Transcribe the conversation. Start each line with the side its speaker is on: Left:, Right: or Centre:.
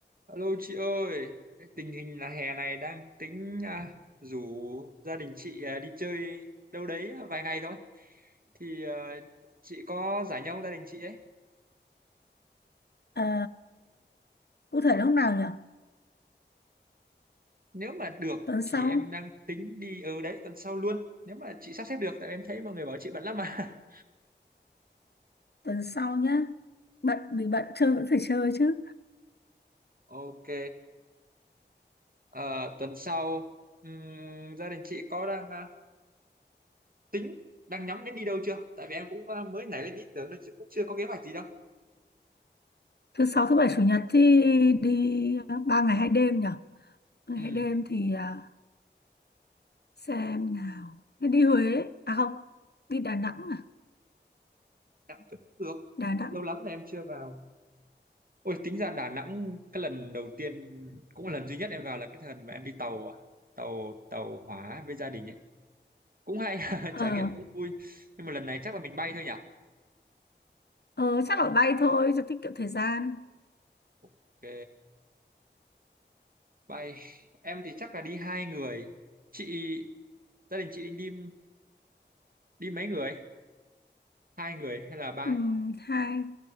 Right: Alo chị ơi, tình hình là hè này đang tính à, rủ gia đình chị à, đi chơi đâu đấy vài ngày thôi. Thì à, chị có rảnh nhau gia đình chị ấy.
Left: À, cụ thể là lúc nào nhỉ?
Right: Nếu mà được
Left: Tuần sau,
Right: thì em đang tính đi ở đấy tuần sau luôn. Nếu mà chị sắp xếp được, tại em thấy mọi người bảo chị bận lắm mà. <laughs>
Left: tuần sau nhá. Bận vì
Right: Ok,
Left: bận chơi vẫn phải chơi chứ.
Right: ok. Ờ, tuần sau ừm, gia đình chị có đang à, tính đang nhắm đến đi đâu chưa? Tại vì em cũng à, mới nảy lên ý tưởng đó chứ cũng chưa có kế hoạch gì đâu.
Left: Thứ sáu, thứ bảy, chủ nhật thì đi à, ba ngày hai đêm nhỉ? Ba ngày
Right: Ừ,
Left: hai đêm thì à, xem nào. Thế Đi Huế, à không, đi Đà Nẵng à?
Right: cũng được.
Left: Đà Nẵng.
Right: Lâu lắm là em chưa vào Ôi tính ra Đà Nẵng cái lần đầu tiên cũng là lần duy nhất em vào là cái lần mà em đi tàu ạ. tàu tàu hỏa với gia đình ấy cũng hay
Left: Ờ,
Right: <laughs> trải nghiệm cũng vui nhưng mà lần này chắc là mình bay thôi nhỉ
Left: ờ chắc là bay thôi cho tiết kiệm thời gian.
Right: ok bay em thì chắc là đi hai người chị gia đình chị định đi đi mấy người hai người hay là ba
Left: Ừm, hai,